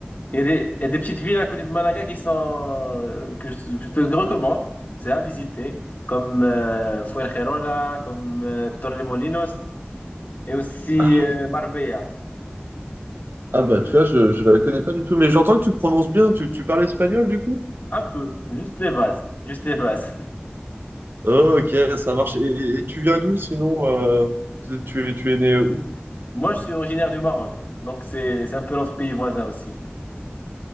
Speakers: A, on the left; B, on the right.
A: Il y a des, il y a des petites villes à côté de Malaga qui sont, euh, que je, que je te recommande. C'est à visiter, comme euh, Fuengirola, comme euh, Torremolinos et aussi
B: Ah,
A: euh, Marbella.
B: ah bah tu vois, je, je la connais pas du tout. Mais j'entends que tu prononces bien. Tu, tu parles espagnol du coup?
A: Un peu, juste les bases, juste les bases.
B: Ok, ça marche. Et, et tu viens d'où sinon euh, tu, tu tu es né où?
A: <laughs> Moi, je suis originaire du Maroc, donc c'est, c'est un peu notre pays voisin aussi.